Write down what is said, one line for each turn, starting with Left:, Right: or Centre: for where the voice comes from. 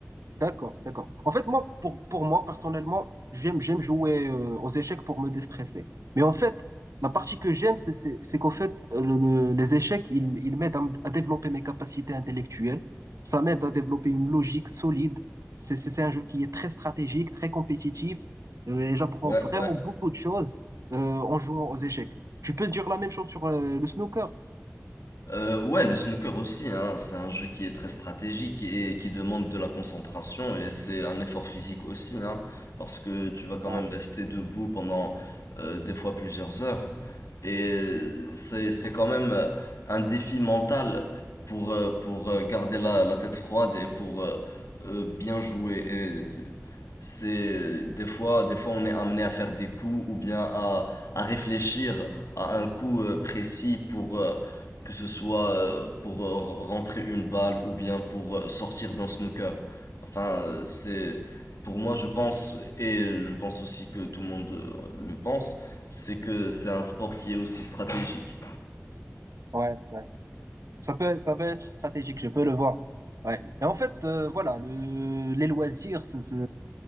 Right: D'accord, d'accord. En fait, moi, pour, pour moi, personnellement, j'aime, j'aime jouer euh, aux échecs pour me déstresser. Mais en fait, la partie que j'aime, c'est, c'est, c'est qu'en fait, euh, le- le- les échecs, ils, ils m'aident à, m- à développer mes capacités intellectuelles. Ça m'aide à développer une logique solide. C'est, c'est, c'est un jeu qui est très stratégique, très compétitif. Euh, Et j'apprends
Left: Ouais,
Right: vraiment
Left: ouais.
Right: beaucoup de choses euh, en jouant aux échecs. Tu peux dire la même chose sur euh, le snooker?
Left: Euh, ouais, le snooker aussi, hein, c'est un jeu qui est très stratégique et qui demande de la concentration et c'est un effort physique aussi, hein, parce que tu vas quand
Right: Ouais,
Left: même rester debout pendant euh, des fois plusieurs heures et c'est c'est quand même euh, un défi mental pour euh, pour euh, garder la, la tête froide et pour euh, euh, bien jouer et euh, c'est des fois des fois on est amené à faire des coups ou bien à à réfléchir à un coup euh, précis pour euh, que ce soit euh, pour euh, rentrer une balle ou bien pour euh, sortir d'un snooker. Enfin, euh, c'est pour moi, je pense, et je pense aussi que tout le monde euh, le pense, c'est que c'est un sport qui est aussi stratégique.
Right: ouais, ouais. Ça peut, ça peut être stratégique, je peux le voir. Ouais. Et en fait, euh, voilà, le, les loisirs, c'est, c'est-